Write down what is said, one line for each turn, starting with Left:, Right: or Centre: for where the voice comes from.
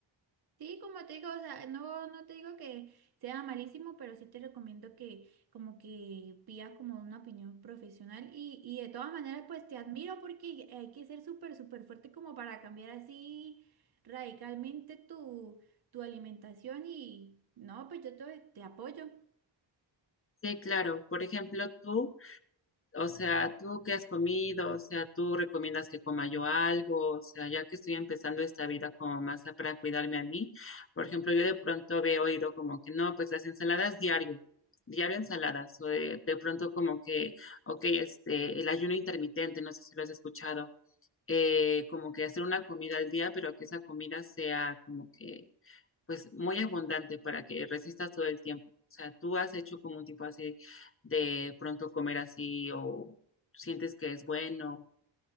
Right: Sí, como te digo, o sea, no, no te digo que sea malísimo, pero sí te recomiendo que como que pidas como una opinión profesional y, y de todas maneras pues te admiro porque hay que ser súper, súper fuerte como para cambiar así radicalmente tu, tu alimentación y no, pues yo te, te apoyo.
Left: Sí, claro. Por ejemplo, tú, O sea, ¿tú qué has comido? O sea, ¿tú recomiendas que coma yo algo? O sea, ya que estoy empezando esta vida como más a- para cuidarme a mí, por ejemplo, yo de pronto había oído como que no, pues las ensaladas diario, diario ensaladas, o de, de pronto como que, ok, este, el ayuno intermitente, no sé si lo has escuchado, eh, como que hacer una comida al día, pero que esa comida sea como que pues muy abundante para que resistas todo el tiempo. O sea, tú has hecho como un tipo así de pronto comer así o sientes que es bueno.